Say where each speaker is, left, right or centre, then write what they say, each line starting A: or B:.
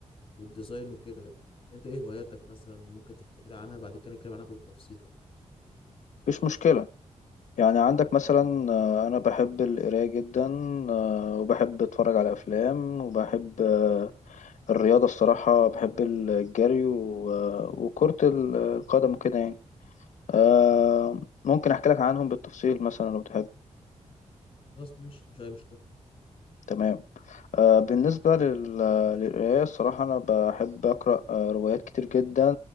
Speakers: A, on the left; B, on the left.
A: والديزاين وكده انت ايه هواياتك مثلا ممكن تحكي لي عنها بعد كده نتكلم عنها بالتفصيل بقى
B: مفيش مشكله يعني عندك مثلا آه، انا بحب القرايه جدا آه، وبحب اتفرج على افلام وبحب آه، الرياضه الصراحه بحب الجري و- آه، وكره القدم كده يعني آه ممكن احكي لك عنهم بالتفصيل مثلا لو تحب
A: خلاص ماشي مش اي مشكله
B: تمام آه بالنسبة لل... للقراية الصراحة أنا بحب أقرأ آه روايات كتير جدا